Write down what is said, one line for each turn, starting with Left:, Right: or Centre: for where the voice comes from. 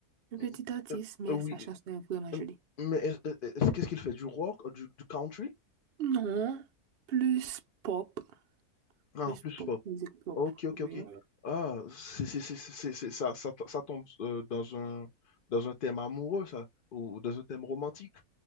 Right: un
Left: mm,
Right: petit artiste,
Left: euh,
Right: mais
Left: euh, oui,
Right: sa chanson est vraiment jolie.
Left: euh, mais est-ce- euh, est-ce- qu'est-ce qu'il fait? Du rock, euh, du, du country?
Right: Non, plus pop,
Left: Ah,
Right: plus
Left: plus
Right: pop,
Left: pop.
Right: musique pop.
Left: Ok, ok,
Right: Oui.
Left: ok. Ah, c'est, c'est, c'est, c'est, c'est- c'est- ça, ça, ça tombe euh, dans un, dans un thème amoureux, ça, ou dans un thème romantique.